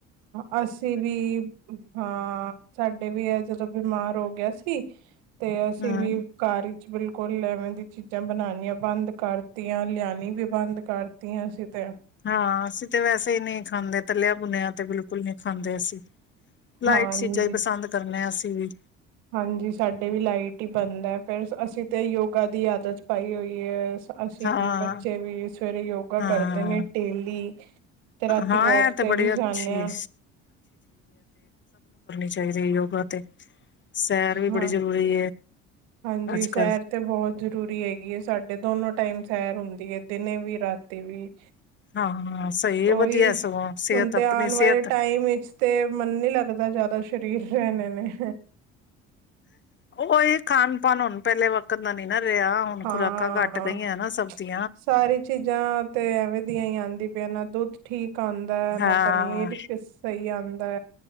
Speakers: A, on the right; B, on the left.
A: ਹ ਅਸੀਂ ਵੀ ਹਾਂ ਸਾਡੇ ਵੀ ਹੈ ਜਦੋਂ ਬਿਮਾਰ ਹੋ ਗਿਆ ਸੀ ਤੇ ਅਸੀਂ
B: ਹੂੰ
A: ਵੀ ਕਾਰ ਬਿਲਕੁਲ ਲਵੇਂ ਦੀ ਚੀਜ਼ਾਂ ਬਣਾਉਣੀਆਂ ਬੰਦ ਕਰਤੀਆਂ ਲਿਆਣੀ ਵੀ ਬੰਦ ਕਰਤੀਆਂ ਅਸੀਂ ਤੇ
B: ਹਾਂ ਅਸੀਂ ਤੇ ਵੈਸੇ ਹੀ ਨਹੀਂ ਖਾਂਦੇ ਤਥਲਿਆ ਬੁਨਿਆ ਤੇ ਬਿਲਕੁਲ ਨਹੀਂ ਖਾਂਦੇ ਅਸੀਂ ਲਾਈਟ
A: ਹਾਂਜੀ
B: ਚੀਜ਼ਾਂ ਹੀ ਪਸੰਦ ਕਰਨੇ ਹ ਅਸੀਂ ਹਮ
A: ਹਾਂਜੀ ਸਾਡੇ ਵੀ ਲਾਈਟ ਹੀ ਬੰਦ ਹੈ ਫੇਿਰ ਅਸੀਂ ਤਾਂ ਯੋਗਾ ਦੀ ਆਦਤ ਪਾਈ ਹੋਈ ਹੈ ਅਸੀਂ
B: ਹਾਂ
A: ਵੀ ਬੱਚੇ ਵੀ ਸਵੇਰੇ ਯੋਗਾ
B: ਹਾਂ
A: ਕਰਦੇ ਨੇ ਡੇਲੀ ਤੇ ਰਾਤੀ
B: ਹਾਂ
A: ਵੋਕ
B: ਇਹ
A: ਤੇ
B: ਬੜੀ
A: ਵੀ
B: ਅੱਛੀ
A: ਜਾਂਦੇ ਹਾਂ
B: ਚਾਹੀਦੇ ਯੋਗਾ ਤੇ ਸੈਰ ਵੀ ਬੜੀ
A: ਹਾਂ
B: ਜ਼ਰੂਰੀ
A: ਹਾਂਜੀ
B: ਅੱਜ
A: ਸੈਰ
B: ਕੱਲ
A: ਤੇ ਬਹੁਤ ਜਰੂਰੀ ਹੈਗੀ ਹੈ ਸਾਡੇ ਦੋਨੋ ਟਾਈਮ ਸੈਰ ਹੁੰਦੀ ਹੈ ਦਿਨੇ ਵੀ ਰਾਤੀ ਵੀ
B: ਹਾਂ ਸਹੀ
A: ਉਓਹੀ
B: ਵਧੀਆ ਸਗੋਂ ਸਿਹਤ
A: ਹੁਣ ਤੇ
B: ਆਪਣੀ
A: ਆਉਣ ਵਾਲੇ
B: ਸਿਹਤ
A: ਟਾਈਮ ਵਿੱਚ ਤੇ ਮਨ ਨੀ ਲੱਗਦਾ ਜਿਆਦਾ ਦਾ ਸਰੀਰ ਰਹਿਣੇ ਨੇ
B: ਉਹ ਇਹ ਖਾਾਨ ਪਾਨ ਹੁਣ ਪਹਿਲੇ ਵਕਤ ਦਾ ਨੀ ਨਾ ਰਿਹਾ ਹੁਣ
A: ਹਾਂ
B: ਖੁਰਾਕਾਂ ਘੱਟ ਗਈਆਂ ਨਾ ਸਬ ਦੀਆ
A: ਸਾਰੀ ਚੀਜ਼ਾਂ ਤੇ ਐਵੇਂ ਦੀਆਂ ਹੀ ਆਉਂਦੀ ਪਨਾਂ ਦੁੱਧ ਠੀਕ ਆਉਂਦਾ ਨਾ
B: ਹਾਂ
A: ਪਨੀਰ ਸਹੀ ਆਉਂ ਅਦਾ